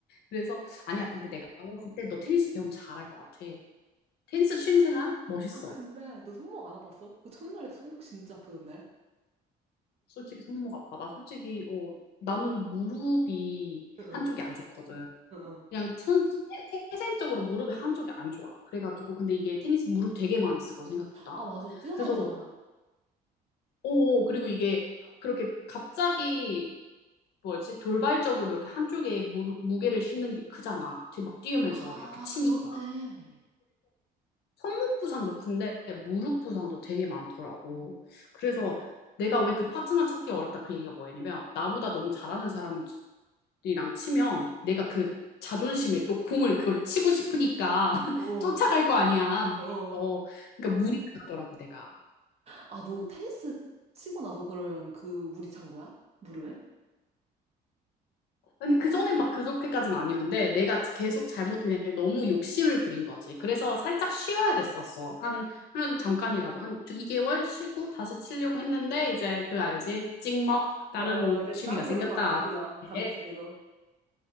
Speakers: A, on the left; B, on the right.
A: 그래서 아니야 근데 내가 봤을 때 너 테니스 배우면 잘할 것 같아 테니스 취미생활 멋있어
B: 아, 근데 너 손목 안 아팠어? 그 첫날에도 손목 진짜 아프던데?
A: 솔직히 손목 아파 나 솔직히 어 나는 무릎이
B: 응, 응,
A: 한쪽이 안 좋거든
B: 응. 응.
A: 그냥 천, 태- 태생적으로 무릎이 한쪽이 안 좋아 그래가지고 근데 이게 테니스 무릎 되게 많이 쓰거든 생각보다
B: 아, 맞아. 뛰어다니잖아.
A: 그래서 어 어, 그리고 이게 그렇게 갑자기 뭐지 돌발적으로 이렇게 한쪽에 무릎, 무게를 싣는 게 크잖아 뒤- 막 뛰면서
B: 아,
A: 이렇게 치니까
B: 그렇네.
A: 손목 부상도 근데 무릎 부상도 되게 많더라고. 그래서 내가 왜 그 파트너 찾기 어렵다 그 얘기가 뭐였냐면 나보다 너무 잘하는 사람이랑 치면 내가 그 자존심에 또 공을 그걸 치고 싶으니까 <laughs>
B: 어,
A: 쫓아갈 거 아니야.
B: 어.
A: 무리해서. 그러니까 무리가더라고 내가.
B: 아, 너 테니스 치고 나서 그러면 그 물이 찬 거야? 무릎에?
A: 아니 그전엔 막 그렇게까지는 아니었는데 내가 계속 잘못 그냥 너무 욕심을 부린 거지. 그래서 살짝 쉬어야 됐었어. 한 그래도 잠깐이라도 한 2개월 쉬고 다시 치려고 했는데 이제 그 알지? 찍먹 다른
B: 어, 이제
A: 취미가
B: 또 다른
A: 생겼다.
B: 걸로 바꿨구나.
A: 그게.
B: 다른 취미로.